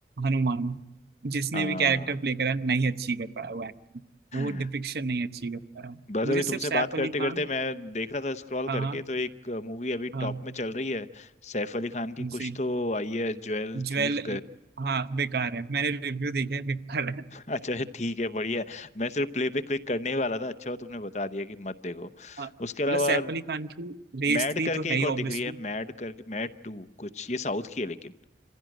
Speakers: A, on the right (about 60°); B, on the left (about 40°).
A: हनुमान जिसने
B: हाँ
A: भी कैरेक्टर प्ले करा नहीं अच्छी कर पाया वो एक्टिंग वो डिपिक्शन
B: <laughs>
A: नहीं अच्छी कर पाया
B: बस
A: मुझे
B: अभी
A: सिर्फ
B: तुमसे
A: सैफ
B: बात करते
A: अली खान
B: करते मैं देख रहा था स्क्रॉल
A: हाँ
B: करके
A: हाँ
B: तो एक मूवी अभी टॉप
A: हाँ
B: में चल रही है सैफ अली खान की
A: उनसे
B: कुछ तो आई है ज्वेल
A: ज्वेल
B: थीफ
A: हाँ बेकार है मैंने रिव्यू देखे हैं, बेकार है
B: अच्छा ठीक है बढ़िया है। मैं सिर्फ प्ले पे क्लिक करने ही वाला था अच्छा हुआ तुमने बता दिया कि मत देखो
A: हाँ, मतलब
B: उसके अलावा
A: सैफ अली खान की रेस
B: मैड
A: थ्री
B: करके
A: तो है
B: एक
A: ही
B: और दिख
A: ऑब्वियसली
B: रही है मैड करके मैड टू कुछ ये साउथ की है लेकिन